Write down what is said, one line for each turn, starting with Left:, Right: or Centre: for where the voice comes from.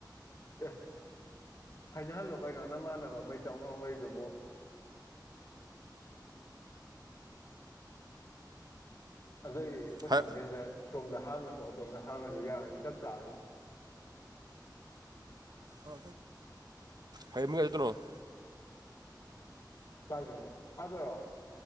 Left: ꯑꯦ ꯍꯥꯏꯅꯍꯜꯂꯣ ꯀꯩꯅꯣ ꯅꯃꯥꯟꯅꯕ ꯑꯃ ꯏꯆꯥꯎ ꯆꯥꯎꯅ ꯂꯩꯗꯨꯕꯨ ꯑꯗꯨꯏꯗꯤ ꯀꯣꯆꯤꯡ
Right: ꯍ
Left: ꯁꯦꯟꯇꯔ ꯁꯣꯝꯗ ꯍꯥꯡꯉꯁꯨ ꯑꯗꯣꯝꯗ ꯍꯥꯡꯉꯁꯨ ꯌꯥꯔꯅꯤ ꯆꯞ ꯆꯥꯔꯅꯤ
Right: ꯑ ꯍꯦ <inaudible> ꯍꯩꯃꯒ ꯆꯠꯇꯅꯣ <inaudible>
Left: ꯀꯥꯏꯗꯅꯣ ꯑꯗꯔꯣ